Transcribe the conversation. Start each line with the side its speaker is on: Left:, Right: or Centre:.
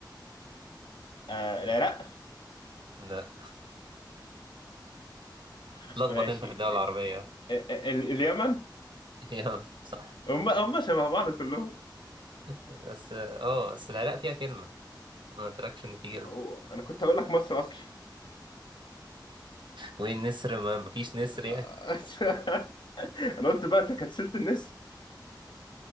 Left: آه العراق
Right: لا
Left: <laughs>
Right: اتلخبط
Left: ماشي
Right: انت في الدولة العربية
Left: ال- ال- اليمن
Right: <laughs> يلا صح
Left: هم هم شبه بعض كلهم
Right: بس اه آه، بس العراق فيها كلمة ما قلتلكش ان في كلمة
Left: هو انا كنت هقول لك مصر اصلا
Right: وين نسر ما مفيش نسر
Left: <laughs>
Right: يعني
Left: انا قلت بقى انت كنسلت النسر